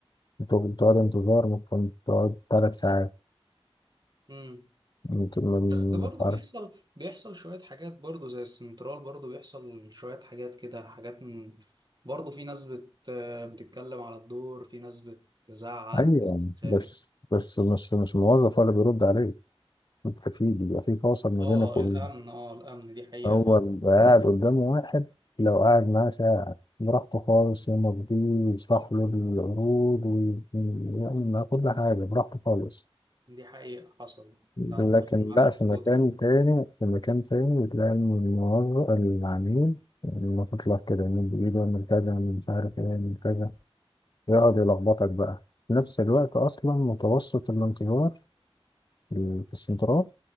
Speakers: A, on the left (about 45°); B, on the right (about 45°).
A: انتوا بتقعدوا انتظار ممكن تقعد ثلاث ساعات
B: امم
A: انتوا م-
B: بس برضه
A: مش عارف
B: بيحصل بيحصل شوية حاجات برضه زي السنترال برضه بيحصل شوية حاجات كده حاجات من... برضه في ناس بت... بتتكلم على الدور في ناس بتزعق
A: ايوه
B: في ناس بتخانق
A: بس بس مش مش الموظف ولا بيرد عليك انت في بيبقى في فاصل ما
B: اه
A: بينك وبينه
B: الأمن اه الأمن دي حقيقة
A: هو بيبقى قاعد قدامه واحد لو قاعد معاه ساعة براحته خالص يمضيه ويشرح له العروض وي- ويعمل معاه كل حاجة براحته خالص
B: دي حقيقة حصل ده
A: لكن
B: أتفق معاك
A: لا
B: في
A: في
B: النقطة
A: مكان
B: دي
A: تاني في مكان تاني بتلاقي إن الموظف العميل لما تطلع كده من بإيده من كذا من مش عارف إيه من كذا يقعد يلخبطك بقى في نفس الوقت أصلا متوسط الانتظار في السنترال